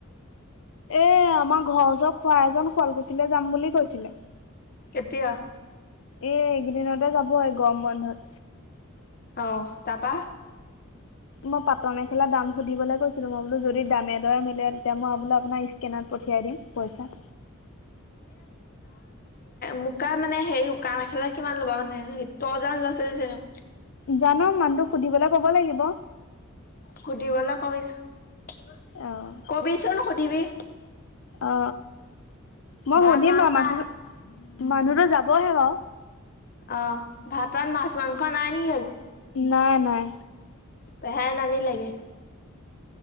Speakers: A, on the left; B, on the left.
A: এ আমাৰ ঘৰচ খোৱা এজন শুৱালকুছিৈ যাম বুলি কৈছিলে
B: কেতিয়া
A: এ এইকেইদিনতে যাব এই গম বন্ধত
B: অ তাৰাবা
A: মই পাতৰ মেখেলা দাম সুধিবলৈ কৈছিলো মই বোলো যদি দামে দৰে ম তেতিয়া মই বোলে আপোনাৰ স্কেনত পঠিয়াই দিম পইচা
B: মুোকাত মানে সে উকা মেখেলা কিমান ল'বা মানে তই জান ল'ৰা ছোৱালীক
A: জানো মানুহ সুধিবলৈ কব লাগিব
B: সুধিবলৈ কবিছো
A: অ',
B: কবিচোন ন সুধিবি
A: অ মই
B: ভাত
A: শুনিম
B: মাছ
A: বা মানুহ
B: নাই
A: মানুহতো যাবহে ব
B: অ ভাতত মাছ মাংস নাই নেকি আজি
A: নাই নাই
B: পেহাই নান লোগে